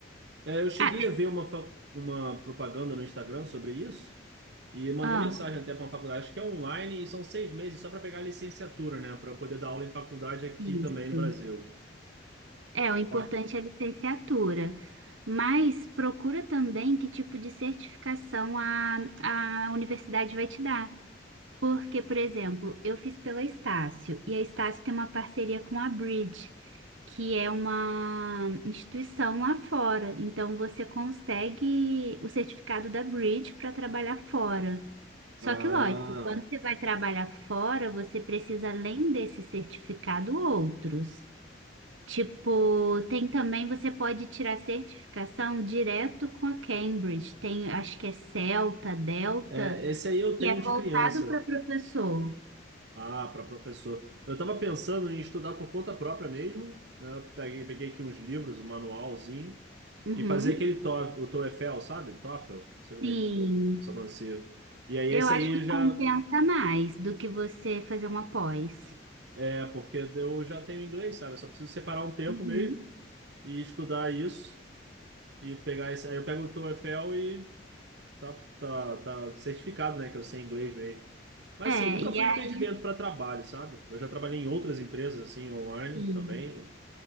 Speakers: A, on the right; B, on the right.
A: É, eu cheguei
B: Ah,
A: a ver uma, fa- uma propaganda no Instagram sobre isso e mandei
B: ah,
A: mensagem até para uma faculdade, acho que é online, e são seis meses só para pegar a licenciatura, né? Para eu poder dar aula em faculdade aqui
B: isso.
A: também no Brasil.
B: É, o importante
A: Só que-
B: é a licenciatura, mas procura também que tipo de certificação a, a universidade vai te dar. Porque, por exemplo, eu fiz pela Estácio, e a Estácio tem uma parceria com a Bridge, que é uma instituição lá fora. Então, você consegue o certificado da Bridge para trabalhar fora. Só
A: Ah.
B: que, lógico, quando você vai trabalhar fora, você precisa, além desse certificado, outros. Tipo, tem também, você pode tirar certificação direto com a Cambridge. Tem, acho que é Celta, Delta,
A: É, esse aí eu tenho
B: que é voltado
A: de criança.
B: para professor.
A: Ah, para professor. Eu estava pensando em estudar por conta própria mesmo. né? Eu peguei, peguei aqui uns livros, um manualzinho,
B: Uhum.
A: e fazer aquele to, o TOEFL, sabe? TOEFL, não sei como
B: Sim,
A: é que o pessoal pronuncia. E aí
B: eu
A: esse
B: acho
A: aí
B: que
A: eu já
B: compensa mais do que você fazer uma pós.
A: é porque eu já tenho inglês, sabe? Eu só preciso separar um tempo
B: Uhum.
A: mesmo e estudar isso e pegar esse. Aí eu pego o TOEFL e tá, tá, tá certificado, né? Que eu sei inglês mesmo. Mas
B: É,
A: assim, nunca
B: e
A: foi
B: aí,
A: um impedimento para trabalho, sabe? Eu já trabalhei em outras empresas assim online
B: sim.
A: também,